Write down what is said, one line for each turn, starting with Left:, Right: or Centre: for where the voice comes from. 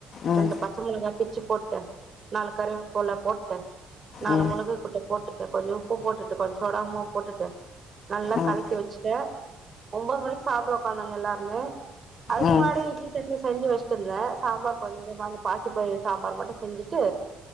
Left: ம்
Right: ரெண்டு பச்ச மிளகா பிச்சு போட்டு நாலு கரு போல போட்டு நாலு
Left: ம்
Right: மொளகு கொட்ட போட்டுட்டு கொஞ்ச உப்பு போட்டுட்டு கொஞ்ச சோடாமா போட்டுட்டு நல்லா
Left: ம்
Right: கலக்கி வச்சுட்டு ஒன்பது மணிக்கு சாப்பிடுவ பண்ணங்க எல்லாருமே அதுக்கு
Left: ம்
Right: முன்னாடி இட்லி சட்னி செஞ்சு வச்சிட் இருந்தேன் சாம்பார் கொஞ்ச மா பாசிபயறு சாம்பார் மட்டும் செஞ்சுட்டு